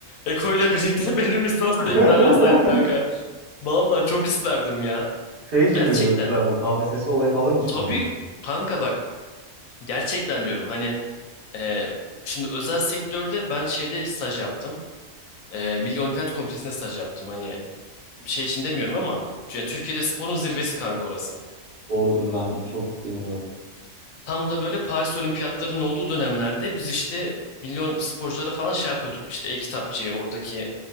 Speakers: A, on the left; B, on the right.
A: Eko ile birlikte <laughs> benim lisans
B: <laughs>
A: da iptal olsaydı kanka. Vallahi çok isterdim ya.
B: Şey için
A: Gerçekten.
B: mi diyorsun sen bu KPSS olayı falan için
A: Tabii
B: mi diyorsun?
A: kanka bak gerçekten diyorum hani e, şimdi özel sektörde ben şeyde staj yaptım. E, Milli Olimpiyat Komitesi'nde staj yaptım. Hani şey için demiyorum ama yani Türkiye'de sporun zirvesi kanka orası.
B: Doğrudur ben çok bilmiyorum.
A: Tam da böyle Paris Olimpiyatlarının olduğu dönemlerde biz işte milyon sporculara falan şey yapıyorduk. İşte el-kitapçıyı oradaki